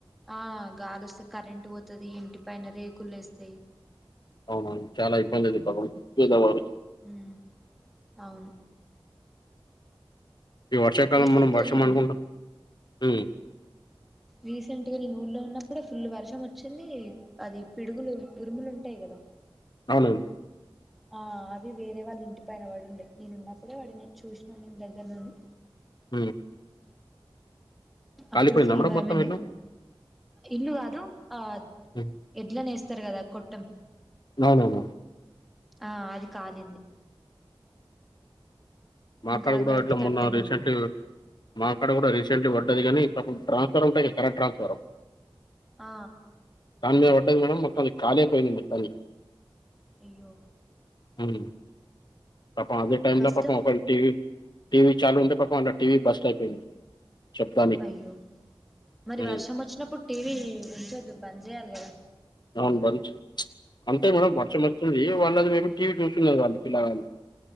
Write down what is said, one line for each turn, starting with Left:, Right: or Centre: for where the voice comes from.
Centre: ఆ గాలి వస్తే కరెంట్ పోతది. ఇంటి పైన రేకులు లేస్తాయి.
Left: అవునను చాలా ఇబ్బంది అయింది పాపం పేదవారు
Centre: ఉమ్ అవును
Left: ఈ వర్షాకాలం
Centre: రీసెంట్
Left: మనం వర్షం
Centre: గా నేను
Left: అనుకుంటాం ఉం
Centre: రీసెంట్ గా నేను ఊళ్లో ఉన్నప్పుడే ఫుల్ వర్షం వచ్చింది. అది పిడుగులు ఉరుములు ఉంటాయి కదా
Left: అవునండి
Centre: ఆ అవి వేరే వాళ్ళ ఇంటి పైన పడుండే నేను ఉన్నప్పుడే పడినయి చూసినం మేం దగ్గర నుండి.
Left: ఉ.
Centre: అప్పుడు
Left: కాలిపోయిందా
Centre: ఫుల్లు
Left: మేడం
Centre: భయమయిందు.
Left: మొత్తం ఇల్లు
Centre: ఇల్లు కాదు ఆ
Left: ఉమ్
Centre: ఎడ్లనేస్తరు కదా కొట్టం.
Left: నా నా నా.
Centre: ఆ అది కాలింది.
Left: మా
Centre: ఇంకా
Left: అక్కడ కూడా
Centre: గడ్డి
Left: ఇట్లా
Centre: కట్టెలు
Left: మొన్న రీసెంట్లీ. మా అక్కడ కూడా రీసెంట్లీ పడ్డది కానీ పాపం ట్రాన్స్ ఫారం ఉంటాయి కదా కరెంట్ ట్రాన్స్ ఫారం.
Centre: ఆ.
Left: దాని మీద పడ్డాది మేడం మొత్తానికి కాలేపోయింది మొత్తానికి.
Centre: అయ్యో.
Left: ఉమ్. పాపం అదే టైమ్
Centre: కష్టం
Left: లో పాపం ఒకళ టీవి టీవి చాలు ఉంటే పాపం అలా టీవి బస్టి అయిపోయింది. శబ్దానికి
Centre: అయ్యో మరి
Left: ఉమ్.
Centre: వర్షం వచ్చినప్పుడు టీవి ఉంచొద్దు బంద్ చేయాలి కదా.
Left: అవును బంచ్ ప్చ్. అంటే మేడం వర్షం వస్తుంది వాళ్ళు అది మేము టీవీ చూస్తున్నారు వాళ్ళ పిల్లగాళ్ళు.